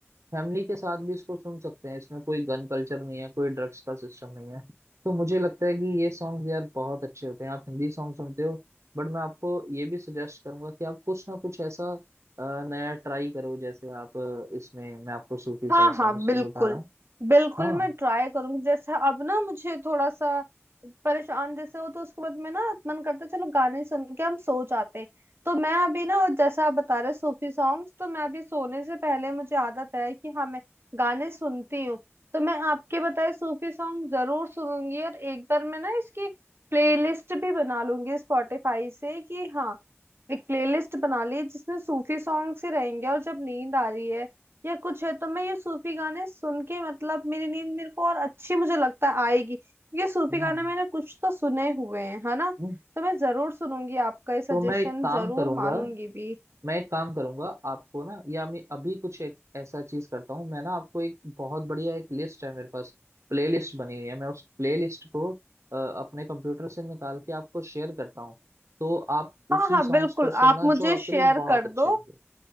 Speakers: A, on the right; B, on the right.
A: फैमिली के साथ भी इसको सुन सकते हैं इसमें कोई गन कल्चर नहीं है कोई ड्रग्स का सिस्टम नहीं है तो मुझे लगता है कि ये सॉन्ग्स यार बहुत अच्छे होते हैं आप हिंदी सॉन्ग सुनते हो बट मैं आपको ये भी सजेस्ट करूंगा कि आप कुछ ना कुछ ऐसा अ, नया ट्राई करो जैसे आप अ, इसमें मैं आपको सूफी सैड
B: हाँ
A: सॉन्ग्स
B: हाँ बिल्कुल
A: बता रहा हूँ
B: बिल्कुल
A: हाँ
B: मैं ट्राई करूंगी जैसे अब ना मुझे थोड़ा सा परेशान जैसे हो तो उसके बाद में ना मन करता है चलो गाने सुन के हम सो जाते हैं तो मैं अभी ना और जैसा आप बता रहे सूफी सॉन्ग्स तो मैं अभी सोने से पहले मुझे आदत है कि हाँ मैं गाने सुनती हूँ तो मैं आपके बताए सूफी सॉन्ग जरूर सुनूंगी और एक बार मैं ना इसकी प्लेलिस्ट भी बना लूंगी स्पॉटिफाई से कि हाँ एक प्लेलिस्ट बना ली जिसमें सूफी सॉन्ग से रहेंगे और जब नींद आ रही है या कुछ है तो मैं ये सूफी गाने सुन के मतलब मेरी नींद मेरे को और अच्छी मुझे लगता है आएगी क्योंकि सूफी
A: हम्म,
B: गाने मैंने कुछ तो सुने हुए हैं है ना
A: हम्म।
B: तो मैं जरूर सुनूंगी आपका ये सजेशन
A: तो मैं एक काम
B: जरूर
A: करूंगा
B: मानूंगी भी
A: मैं एक काम करूंगा आपको ना या मैं अभी कुछ एक ऐसा चीज करता हूँ मैं ना आपको एक बहुत बढ़िया एक लिस्ट है मेरे पास प्लेलिस्ट बनी हुई है मैं उस प्लेलिस्ट को अ, अपने कंप्यूटर से निकाल के आपको शेयर करता हूँ तो आप उसी
B: हाँ हाँ
A: सॉन्ग्स
B: बिल्कुल
A: को सुनना
B: आप मुझे
A: जो आपके
B: शेयर
A: लिए बहुत
B: कर
A: अच्छे
B: दो
A: होंगे